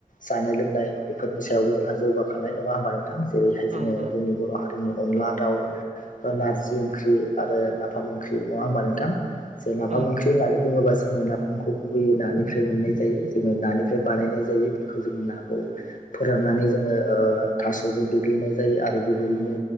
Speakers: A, on the left; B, on the right.
A: जानाय लोंनाय बेफोरनि सायावबो जोंहा जौगाखानाय खानाय नङा होमबा नोंथां जेरैहाय जोङो
B: उम उम
A: जोंनि बर हारिनि अनला दाउ नारजि ओंख्रि आरो नाफाम ओंख्रि नङा होमबा नोंथां? जै नाफाम
B: उम
A: ओख्रि होननानै बुङोबा जों जोङो नाफामखौ गुबैयै नानिफ्राय मोननाय जायो जोङो नानिफ्राय बानायनाय जायो बेखौ जोङो नाखौ फोराननानै जोङो ओ थासजों देग्लिनाय जायो आरो बेबायदिनो